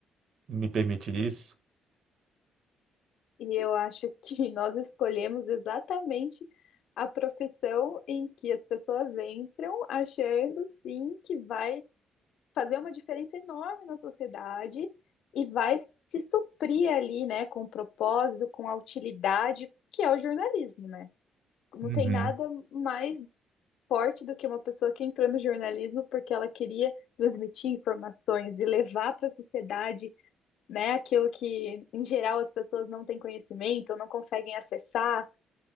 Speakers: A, on the right; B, on the left.
A: me permitir isso.
B: E eu acho que <laughs> nós escolhemos exatamente a profissão em que as pessoas entram achando sim que vai fazer uma diferença enorme na sociedade e vai se suprir ali, né, com propósito, com a utilidade, que é o jornalismo, né? Não
A: Uhum.
B: tem nada mais forte do que uma pessoa que entrou no jornalismo porque ela queria transmitir informações e levar para a sociedade né? Aquilo que, em geral, as pessoas não têm conhecimento, ou não conseguem acessar.